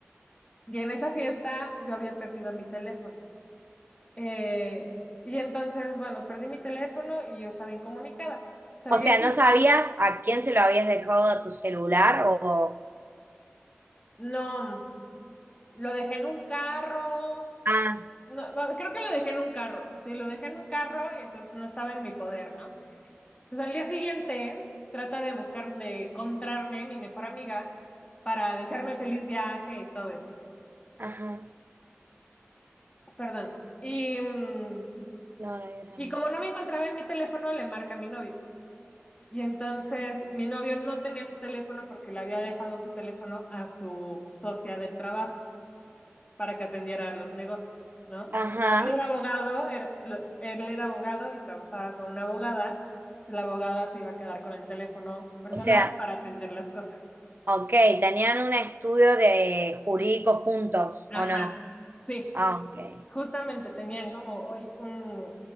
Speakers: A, on the left (about 25°); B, on the right (about 50°).
A: y en esa fiesta yo había perdido mi teléfono. Eh, y entonces, bueno, perdí mi teléfono y yo estaba incomunicada. Salí
B: O sea,
A: así.
B: ¿no sabías a quién se lo habías dejado a tu celular o...
A: No, lo dejé en un carro,
B: Ah,
A: No, no, creo que lo dejé en un carro. Sí, lo dejé en un carro y entonces no estaba en mi poder, ¿no? Entonces al día siguiente trata de buscar, de encontrarme mi mejor amiga para desearme feliz viaje y todo eso.
B: ajá.
A: Perdón. Y, mm,
B: No, no hay drama.
A: y como no me encontraba en mi teléfono, le marca a mi novio. Y entonces mi novio no tenía su teléfono porque le había dejado su teléfono a su socia del trabajo. para que atendiera los negocios, ¿no?
B: Ajá.
A: Él era abogado, era- lo- él era abogado y trabajaba con una abogada. La abogada se iba a quedar con el teléfono personal
B: O sea,
A: para atender las cosas.
B: ok, tenían un estudio de jurídico juntos,
A: Ajá,
B: ¿o no?
A: sí,
B: Ah, ok.
A: justamente tenían como hoy un,